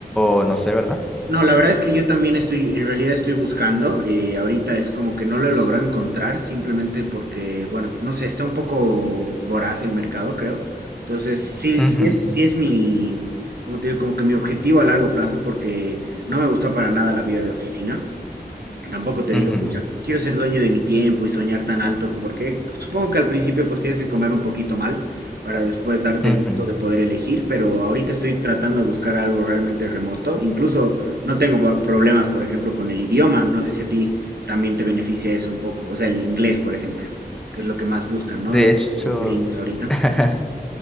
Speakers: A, in the centre; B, on the right (about 65°).
A: o no sé, ¿verdad?
B: No, la verdad es que yo también estoy, en realidad estoy buscando, eh, ahorita es como que no lo logro encontrar, simplemente porque, bueno, no sé, está un poco voraz el mercado, creo. Entonces, sí,
A: Ujú,
B: sí es, sí es mi, como te digo, como que mi objetivo a largo plazo, porque no me gustó para nada la vida de oficina. Tampoco te digo,
A: ujú,
B: pucha, quiero ser dueño de mi tiempo y soñar tan alto, co- porque supongo que al principio pues tienes que comer un poquito mal para después darte
A: ujú.
B: el gusto de poder elegir, pero ahorita estoy tratando de buscar algo realmente remoto. Incluso no tengo pro- problemas, por ejemplo, con el idioma. No sé si a ti también te beneficia eso un poco. O sea, el inglés, por ejemplo, que es lo que más buscan, ¿no?
A: De
B: Los,
A: hecho,
B: los gringos ahorita.
A: <laughs>